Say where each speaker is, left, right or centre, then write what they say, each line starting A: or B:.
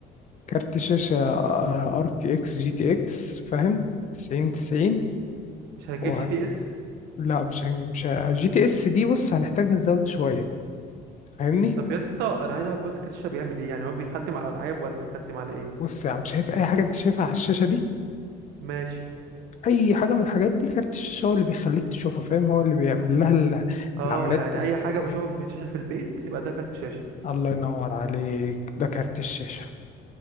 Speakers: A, on the left; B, on the right.
A: كارت شاشة ار تي اكس جي تي اكس فاهم تسعين تسعين
B: مش هنجيب
A: وهن...
B: جي تي اس
A: لا مش هن... مش ه- جي تي اس دي بص هنحتاج نزود شوية فاهمني
B: طب يا اسطى انا عايز اعرف بس كارت الشاشه بيعمل ايه يعني هو بيخدم على العاب ولا بيخدم على ايه
A: بص يا عم شايف اي حاجة انت شايفها على الشاشة دي
B: ماشي
A: اي حاجة من الحاجات دي كارت الشاشة هو اللي بيخليك تشوفها فاهم هو اللي بيعمل لها ال-
B: اه
A: العمليات
B: يعني
A: الحسابية
B: اي حاجه بشوفها في الشاشه في البيت يبقى ده كارت شاشه
A: الله ينور عليك ده كارت الشاشة